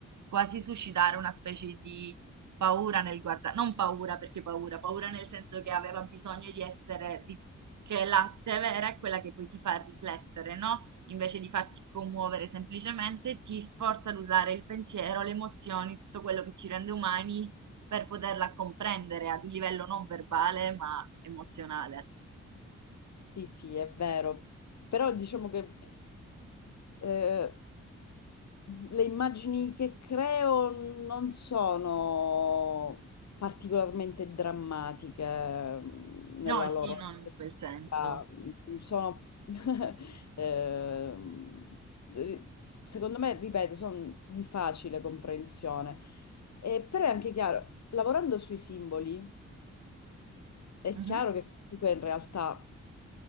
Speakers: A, on the right; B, on the left.
A: quasi suscitare una specie di paura nel guardare, non paura perché paura, paura nel senso che aveva bisogno di essere, rif- che l'arte vera è quella che poi ti fa riflettere, no? invece di farti commuovere semplicemente, ti sforza ad usare il pensiero, le emozioni, tutto quello che ci rende umani per poterla comprendere ad un livello non verbale ma emozionale.
B: Sì, sì, è vero. Però diciamo che eh, le immagini che creo non sono particolarmente drammatiche mm, nella
A: No,
B: loro
A: sì, non
B: effettività.
A: in quel senso.
B: sono <laughs> ehm, ri- secondo me, ripeto, sono di facile comprensione. Eh, però è anche chiaro, lavorando sui simboli, è
A: Mhm,
B: chiaro che comunque in realtà